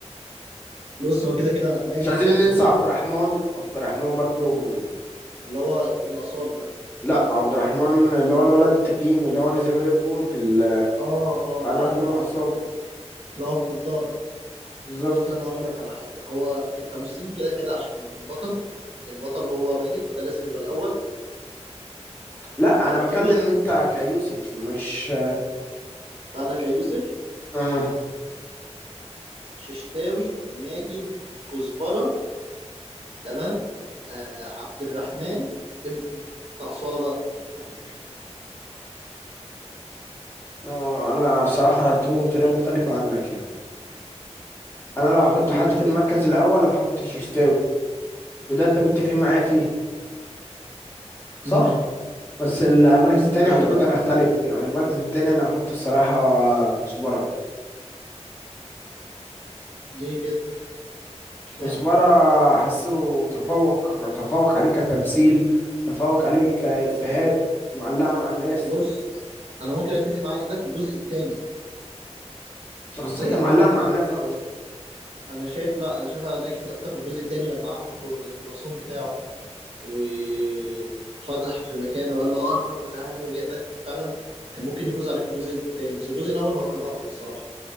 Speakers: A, on the right; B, on the left.
A: بص هو كده كده ماجد
B: مش عايزين
A: عشان
B: ننسى
A: هو البطل
B: عبد الرحمن عبد الرحمن برضو
A: اللي هو ابن أصالة ده
B: لا عبد الرحمن اللي هو الولد التخين اللي هو نزل وقف جون في ال
A: اه اه
B: بعدها
A: عارفه
B: كلهم
A: عارفه
B: اتصابوا
A: اللي هو ابن الدار ده
B: بالظبط
A: بص انا هقول لك على حاجة هو كتمثيل كده كده عشان البطل البطل هو ماجد فده لازم يبقى الأول
B: لا
A: بعديه
B: انا بكلم انت كيوسف مش
A: أنا كيوسف
B: آه.
A: ششتاوي ماجد كزبرة تمام آه عبد الرحمن ابن أصالة بقى في الآخر
B: آه. انا صراحة هرتبهم بطريقة
A: انت
B: مختلفة عنك يعني انا لو هحط
A: ايه
B: حد
A: قول
B: في
A: كده
B: المركز الاول هحط ششتاوي وده انت متفق معايا فيه صح
A: امم
B: بس المركز التاني
A: ايوه
B: اعتقد
A: ايوه
B: انا اختلف يعني المركز التاني انا هحط الصراحة كزبرة
A: ليه كده اشمعنى
B: كزبرة حاسه تفوق تفوق عليه كتمثيل تفوق عليه كإفيهات معلقة مع الناس
A: بص انا ممكن اتفق معاك ده في الجزء الثاني
B: شخصية
A: وبالذات ان
B: معلقة
A: هو
B: مع
A: ما
B: الناس
A: عمل الكرو...
B: أكتر
A: انا شايف لا انا شايفها نجحت اكتر في الجزء الثاني لما عمل الكرو- الكرواسون بتاعه وفتح في مكان وقال له قرب وتعالى وبيقدر كان فعلا كان ممكن يفوز عليه في الجزء الثاني بس الجزء الاول هو كان اقوى الصراحه